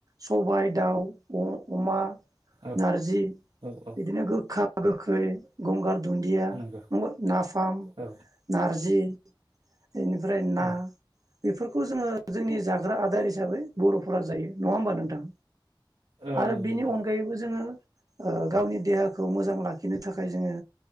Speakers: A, on the right; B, on the right.
A: सबाय दाउ अ-अमा
B: औ
A: नारजि
B: औ औ
A: बिदिनो गोखा गोखै गंगार दुन्दिया
B: नंगौ
A: दङो नाफाम,
B: औ
A: नारजि बेनिफ्राय ना
B: औ
A: बेफोरखौ जोङो जोंनि जाग्रा आदार हिसाबै बर'फोरा जायो नङा होमबा नोंथां?
B: औ
A: आरो
B: नंगौ
A: बेनि
B: नोंथां
A: अनगायैबो जोङो ओ गावनि देहाखौ मोजां लाखिनो थाखाय जोङो